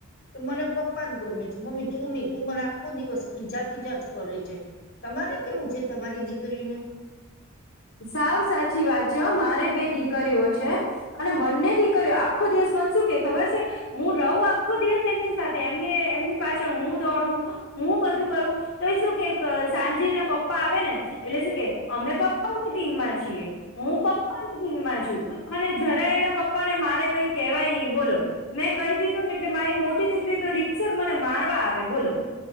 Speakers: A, on the left; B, on the left.
A: કે મને પપ્પા જ ગમે છે મમ્મી તું નહી તું મને આખો દિવસ ખીજા ખીજા જ કરે છે તમારે કેવું છે તમારી દીકરીનું
B: સાવ સાચી વાત છે મારે બે દીકરીઓ છે અને બંને દીકરીઓ આખો દિવસ મને શું કે ખબર છે હું રહું આખો દિવસ એમની સાથે એમ એમની પાછળ હું દોડું હું બધું કરું તો શું કે સાંજે એના પપ્પા આવે ને એટલે શું કે અમે પપ્પાની ટીમમાં છીએ હું પપ્પાની ટીમમાં છું અને જરા એના પપ્પા ને મારે કઈ કેહેવાય નહી બોલો મેં કહી દીધું ને એટલે મારી મોટી દીકરી તો રીતસર મને મારવા આવે બોલો